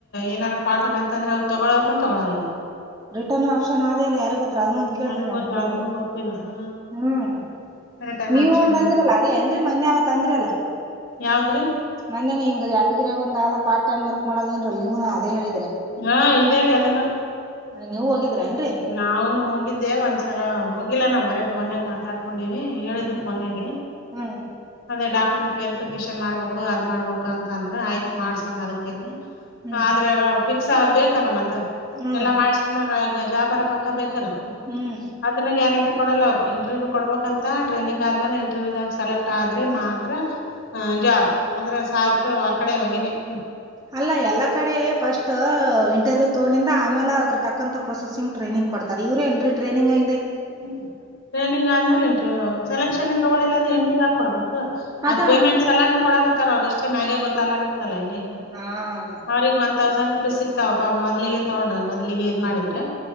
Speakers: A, on the left (about 65°); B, on the right (about 20°).
A: ಏನಾರ ಫಾಲ್ಟ್ ಬಂತ ಅಂದ್ರೆ ಅವವು ತಗೊಳೋ್ರನುೂ ತೊಗೊಳಲ್ಲ
B: ರಿಟರ್ನ್ ಆಪ್ಷನ್ ಆದ ಇಲ್ಲ ಯಾರಿಗ ಗೊ ಪ್ರಥಮ ಅಂತ ಕೇಳಲ್ವ
A: ಯಾರಿಗ್ ಗೊತ್ತ
B: ನಂಗೆ
A: ಅದನ್ನು
B: ಬಂದಿ
A: ಗೊತ್ತಿಲ್ಲ ಹಾ
B: ಹ್ಮ್
A: ರಿಟರ್ನ್
B: ನೀವು
A: ಆಪ್ಷನ್
B: ಒಂದ ಅಂದ್ರಲ್ಲ
A: ಅದು
B: ಅದೇ ಏನ್ರಿ ಮೊನ್ನೆ ಅವತ್ಂದ್ರ ಅಲ್ಲ
A: ಯಾವದ್ರಿ
B: ಮೊನ್ನೆನೆ ಹಿಂಗ ಒಂದ ಪಾರ್ಟ ಟೈಮ್ರ್ಕ್ ಮಾಡದ ನೀವು ಅದೇ ಹೇಳ
A: ಹಾ ಇದೇ ರೀ ಅದನ್ನ
B: ನೀವೂ ಹೋಗಿದ್ರೇನ್ರಿ
A: ನಾನು ಹೋಗಿದ್ದೆ ಒಂದ್ಸರ ಹೋಗ ಇಲ್ಲ ನಾ ಬರೇ ಫೋನಿನಾಗ್ ರ್ಕೊಂಡಿವವಿ ಹೇಳಿದ್ರು
B: ಹ್ಮ್
A: ಫೋನಿಗೆ
B: ಹ್ಮ್
A: ಅದೇ ಡಾಕ್ ಕ್ಯಮೆಂಟ್ ವೆರಿಫಿಕೇಶನ್ ಮಾಡಬೇಕ ಅದ ಮಾಡ್ಬೇಕ ಅಂತ ತಂದ್ರ ಆಯ್ತು ಮಾಡ್ಸಮ್ಮ ಅದ್ಕೇನ
B: ಹ್ಮ್
A: ಆದ್ರೆ ಫಿಕ್ಸ್ ಬೇಕಲ್ಲ ಮತ್ತ
B: ಹ್ಮ್
A: ಎಲ್ಲಾ ಮಾಡ್ಸಿದಾಗ ನಜಾ ಬರ ಪಕ್ಕ ಬೇಕಲ್ಲ ಹ್ಮ
B: ಹ್ಮ್
A: ಅದನ್ನ ಗ್ಯಾರಂಟಿ ಕೊಡಲ್ಲ ಅವರು ಇಂಟರ್ವ್ಯೂ ಕೊಡಬೇಕಂತ ಟ್ರೈನಿಂಗ್ ಆದ್ಮೇಲೆ ಇಂಟರ್ವ್ಯದಾಗ ಸೆಲೆಕ್ಟ್ ಆದ್ರೆ ಮಾತ್ರ ಜಾಬ್ ಅಂದ್ರೆ ಸಾವಿರ ರೂಪಾಯಿ ಆ ಕಡೆ ಹೋಗಿನನ
B: ಅಲ್ಲಾ ಎಲ್ಲ ಕಡೆ ಫಸ್ಟ್ ಇಂಟರ್ವ್ಯೂ ತಗೊಂಡಿಂದ ಆಮೇಲೆ ಅದ್ರ ತಕ್ಕಂತ ಪ್ರೊಸೆಸಂಗ್ ಟ್ರೈನಿಂಗ್ ಕೊಡ್ತಾರೆ ಇವರಾ ನ್ರೀ ಟ್ರೈನಿಂಗ್ ಆ
A: ಹ್ಮ್ ಟ್ರೈನಿಂಗ್ ಆದ್ಮೇಲೆ ಇಂಟ್ರ್ ಸೆಲೆಕ್ಷನ್ ತಗೊಳಿಲ್ಲಂದ್ರೆ ಇಂಟ್ರ್ ಹಾಕ್ ಕೊಡ್ಬೇಕು ಆ
B: ಅದ
A: ಪೇಮೆಂಟ್ ಸಲ ಅಂದ್ರ ಕೊಡಕತ್ತಾರ ಅವ್ರ ಇಷ್ಟೇ ಮ್ಯಾಗೆ ಗೊತ್ತಲಾಗತ್ತದಲ್ಲ ಇಲ್ಲಿ
B: ಹಾ.
A: ಅವ್ರಗ್ ಒನ್ ತೌಸಂಡ್ ಸಿಕ್ತಾವಪ್ಪಾ ಮೊದಲಿಗೆ ತಗೊಂಡ್ರೆ ಮೊದಲಿಗೆ ಇದ್ ಮಾಡಿದ್ರೆ